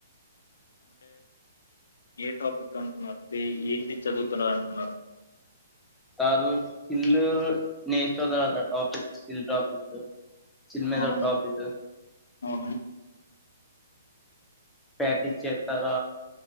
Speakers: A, on the left; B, in the centre.
A: అంటే ఏ టాపిక్ అంటున్నారు టే ఏంటి చదువుతున్న అంటున్నారు
B: కాదు స్కిల్ నేర్చర్ద కదా టాపిక్ స్కిల్ టాపిక్ చిన్నదో
A: అవును
B: టాపికు
A: అవును
B: ప్రాక్టీస్ చెతార